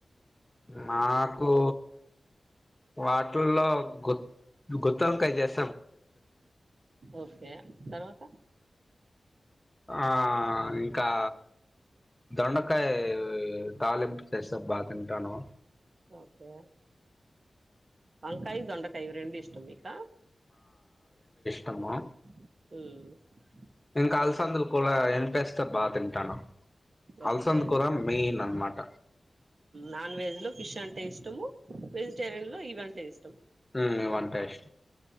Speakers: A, on the left; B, on the right.
A: మాకు వాటుల్లో గుత్తు వంకాయ చెస్
B: ఓకే తర్వాత
A: ఆ ఇంకా దొండకాయ తాలింపు చేస్త బాతింటాను.
B: ఓకే వంకాయ, దొండకాయ ఇవ్వి రెండి ఇష్ట మీకా?
A: తమ్మో
B: ఉమ్
A: ఇంక అలసందలు కూల ఎంపెస్తే బా తింటాను.
B: ఓకే
A: అలసంద కూర మెయిన్ అనమాట
B: నాన్ వెజ్లు ఫిష్ అంటే ఇష్టము. వెజిటేరియన్ లో ఇవంటే ఇష్టం.
A: మ్ వంటేష్